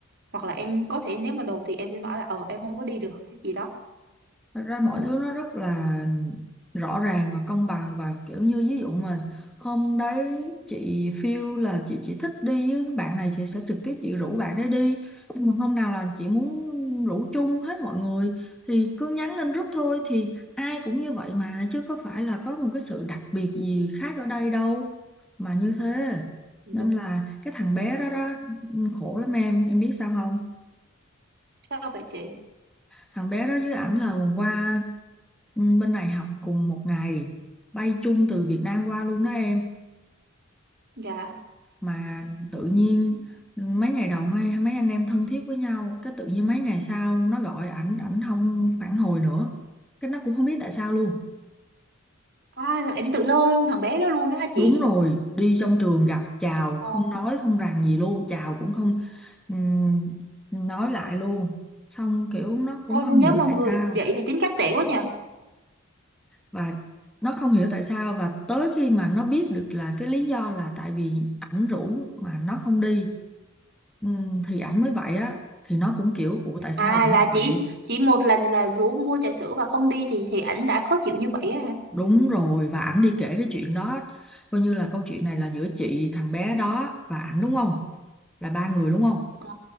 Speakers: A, on the right; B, in the centre.
A: hoặc là em có thể nếu mà đồ thì em sẽ bảo là ờ em không có đi được hay gì đó
B: Thật ra mọi thứ nó rất là rõ ràng và công bằng và kiểu như ví dụ mà hôm đấy chị feel là chị chỉ thích đi với bạn này chị sẽ trực tiếp chị rủ bạn đấy đi nhưng mà hôm nào là chị muốn rủ chung hết mọi người thì cứ nhắn lên group thôi thì ai cũng như vậy mà chứ có phải là có một cái sự đặc biệt gì khác ở đây đâu mà như thế
A: Đúng
B: nên là cái thằng bé
A: rồi.
B: đó đó khổ lắm em em biết sao không
A: Sao vậy chị?
B: thằng bé đó với ảnh là qua ừ, bên này học cùng một ngày bay chung từ Việt Nam qua luôn đó em
A: Dạ.
B: mà tự nhiên mấy ngày đầu hay mấy anh em thân thiết với nhau cái tự nhiên mấy ngày sau nó gọi ảnh ảnh không phản hồi nữa cái nó cũng không biết tại sao luôn
A: À là ảnh tự lơ thằng bé đó luôn đó hả chị?
B: đúng rồi đi trong trường gặp chào
A: Ồ.
B: không nói không rằng gì luôn chào cũng không ừm, nói lại luôn xong kiểu nó
A: Ôi,
B: cũng không
A: nếu
B: hiểu
A: mà
B: tại
A: người
B: sao
A: vậy thì tính cách tệ quá nhỉ.
B: và nó không hiểu tại sao và tới khi mà nó biết được là cái lý do là tại vì ảnh rủ mà nó không đi ừm, thì ảnh mới vậy á thì nó cũng kiểu ủa tại sao
A: À
B: lại như
A: là
B: vậy
A: chỉ chỉ một lần là rủ mua trà sữa và không đi thì thì ảnh đã khó chịu như vậy á hả?
B: đúng rồi và ảnh đi kể cái chuyện đó coi như là câu chuyện này là giữa chị thằng bé đó và ảnh đúng không là ba người đúng không
A: Ờ,